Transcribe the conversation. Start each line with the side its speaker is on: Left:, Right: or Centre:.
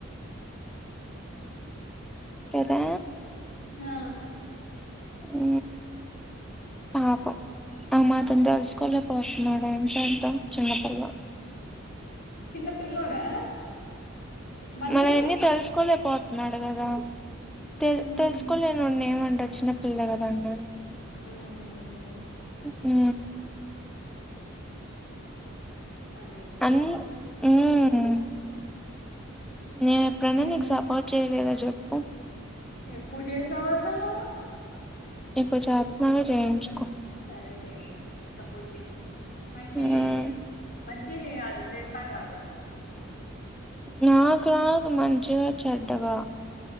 Centre: కదా
Left: ఆ
Centre: ఊ పాపం ఆ మాత్రం తెలుసుకోలేకపోతున్నాడు ఏం చేద్దాం చిన్నపిల్ల
Left: చిన్న పిల్లోడా. మన
Centre: మరి
Left: నేను
Centre: ఆ యన్ని తెలుసుకోలేపోతున్నాడు గదా తె
Left: మ్మ్.
Centre: తెలుసుకోలే నన్నెమంటవ్ చిన్న పిల్ల గదా అన్న
Left: మ్మ్.
Centre: ఊ
Left: అదేలేే
Centre: మ్ హుమ్మ్ నేను ఎప్పుడైన
Left: ఇంకేం
Centre: నీకు సపోర్ట్ చేయలేదా చెప్పు.
Left: ఎప్పుడు చేసావు అసలు నువ్వు.
Centre: ఇపుడు చెప్తున్నాను గా చేయించుకో.
Left: సరే చెయి సపోర్ట్ చెయ్ మంచిగ
Centre: మ్మ్
Left: చెయ్ మంచిగ చేయాలే తిడతా గాదు.
Centre: నక్రాదూ మంచిగా చెడ్డగా.